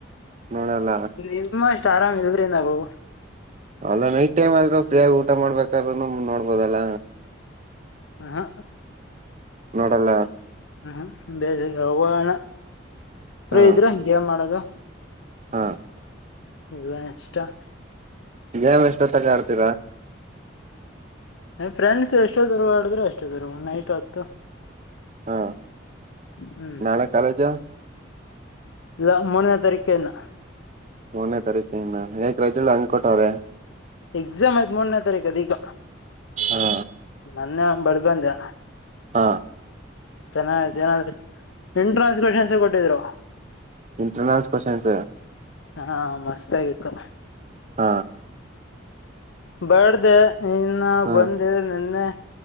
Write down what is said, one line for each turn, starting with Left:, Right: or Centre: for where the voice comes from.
Right: ನೋಡಲ್ಲ
Left: ನಿಮ್ಮ ಷ್ ಆರಾಮ್ ಇಲ್ರಿ ನಾವು
Right: ಅಲ್ಲ ನೈಟ್ ಟೈಮ್ ಆದ್ರೂ ಫ್ರೀಯಾಗಿ ಊಟ ಮಾಡ್ಬೇಕಾರೂನು ನೋಡ್ಬೋದಲ್ಲ.
Left: ಹ
Right: ನೋಡಲ್ಲ
Left: ಹ ಬೇಜ <unintelligible> ಹೋಗಣ ಫ್ರೀ
Right: ಹಾ
Left: ಇದ್ರ ಹಂಗೆೇನ್ ಮಾಡೋದು?
Right: ಹಾ
Left: ಲಯನ್ಸ್ಟಾ <unintelligible>
Right: ಗೇಮ್ ಎಷ್ಟೊತ್ತಂಕ ಆಡ್ತೀರಾ?
Left: ನಮ್ ಫ್ರೆಂಡ್ಸ್ ಎಷ್ಟೋತ್ತೊರ್ಗೊ ಆಡಿದ್ರೆ ಅಷ್ಟೋತ್ತೊರ್ಗು ನೈಟ್ ಹೊತ್ತು.
Right: ಹಾ
Left: ಹ್ಮ್
Right: ನಾಳೆ ಕಾಲೇಜು
Left: ಇಲ್ಲ ಮೂರನೇ ತರಿಕಿನ್ನ
Right: ಮೂರನೇ ತರೀಕಿನ್ನ ಯಾಕ್ ರಜ್ಗಳು ಹಂಗ್ಕೊಟವ್ರೆ?
Left: ಎಕ್ಸಾಮ್ ಐತ್ ಮೂರ್ನೇ ತಾರೀಕು ಅದಿಕ.
Right: ಹಾ
Left: ಮೊನ್ನೆ ಅಂಗ್ ಬೆಳ <unintelligible> ಬಂದೆ
Right: ಹಾ
Left: ಚೆನ್ನ ಏನ <unintelligible> ಎಂಟ್ರಾನ್ಸ್ ಕೊಷನ್ಸೆ ಕೊಟ್ಟಿದ್ರು
Right: ಇಂಟರ್ನಲ್ಸ್ ಕ್ವಶನ್ಸ್
Left: ಹಾ ಮಸ್ತಾಗಿತ್ತು.
Right: ಹಾ
Left: ಬೇಡ್ದೆ ಇನ್ನ
Right: ಹಾ
Left: ಬಂದೆ ನೆನ್ನೆ